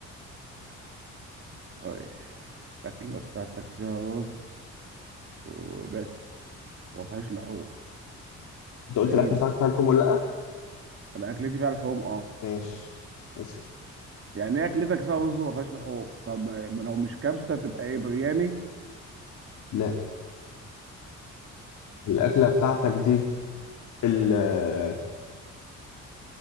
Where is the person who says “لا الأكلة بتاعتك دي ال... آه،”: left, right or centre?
Left